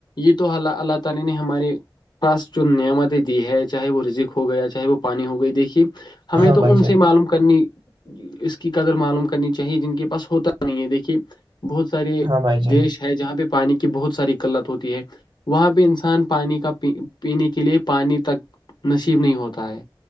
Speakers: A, on the left; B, on the right.
A: یہ تو اللہ اللہ تعالی نے ہمارے خاص جو نعمتیں دی ہے چاہے وہ رزق ہو گیا چاہے وہ پانی ہو گئی دیکھیے ہمیں
B: ہاں
A: تو
B: بھائی
A: ان
B: جان
A: سے معلوم کرنی اس کی قدر معلوم کرنی چاہیے جن کے پاس ہوتا بھی نہیں ہے دیکھیے بہت سارے
B: ہاں بھائی جان
A: دیش ہے جہاں پہ پانی کی بہت ساری قلت ہوتی ہے وہاں بھی انسان پانی کا پینے کے لیے پانی تک نصیب نہیں ہوتا ہے